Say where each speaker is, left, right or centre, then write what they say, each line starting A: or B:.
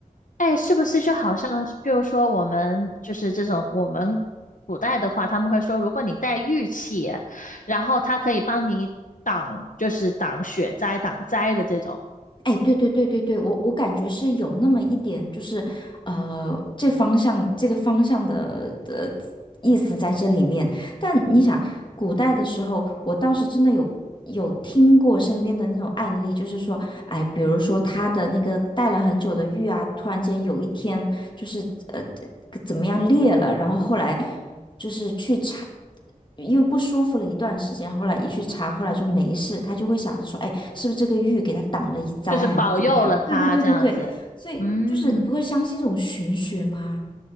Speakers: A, on the left (about 65°); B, on the left (about 35°).
A: 哎，是不是就好像是比如说我们就是这种我们古代的话，他们会说，如果你带玉器，然后它可以帮你挡，就是挡雪灾、挡灾的这种，
B: 哎，对对对对对，我我感觉是有那么一点，就是呃，这方向这个方向的的意思在这里面。但你想，古代的时候，我倒是真的有有听过身边的那种案例，就是说，哎，比如说他的那个戴了很久的玉啊，突然间有一天就是呃怎么样裂了，然后后来就是去查。因为不舒服了一段时间，后来一去查，后来就没事，他就会想着说，哎，是不是这个玉给他挡了一灾，
A: 就是保佑了他这样子。
B: 还是怎么样？对对对对对，所以就是你会相信这种玄学吗？
A: 嗯